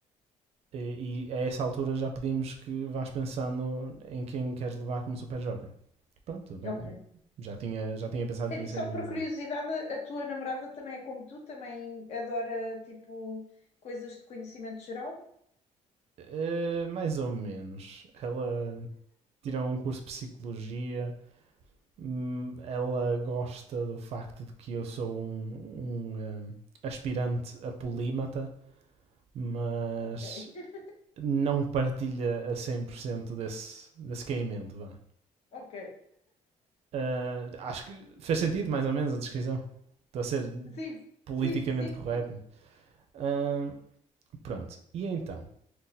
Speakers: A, on the right (about 50°); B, on the left (about 55°).
A: E, e a essa altura já pedimos que vás pensando em quem queres levar como super joker. Pronto, tudo bem.
B: ok.
A: Já tinha, já tinha pensado
B: Eh,
A: que ia ser
B: Só
A: na minha,
B: por
A: não.
B: curiosidade, a a tua namorada também é como tu? Também adora, tipo, coisas de conhecimento geral?
A: Eh, mais ou menos. Ela tirou um curso de psicologia. hum, Ela gosta do facto de que eu sou um, um, eh, aspirante a polímata, mas
B: Ok, <laughs>
A: não partilha a 100% desse, desse caimento, vá.
B: ok.
A: Eh, acho que fez sentido, mais ou menos, a descrição. Estou a ser
B: Sim,
A: politicamente
B: sim, sim,
A: correto.
B: sim.
A: Ah, pronto. E então?